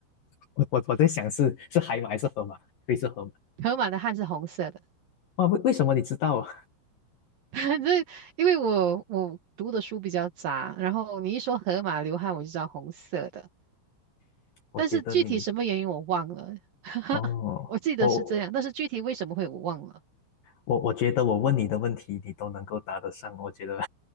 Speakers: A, on the left; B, on the right.
A: 我我我在想是是海马还是河马？对，是河马。
B: 河马的汗是红色的。
A: 哇，为为什么你知道啊
B: <laughs> 这因为我我读的书比较杂，然后你一说河马流汗，我就知道红色的，
A: <laughs> 我觉得你
B: 但是具体什么原因我忘了，<laughs>
A: 哦，
B: 我记得是这样，
A: 我
B: 但是具体为什么会我忘了。
A: 我我觉得我问你的问题你都能够答得上，我觉得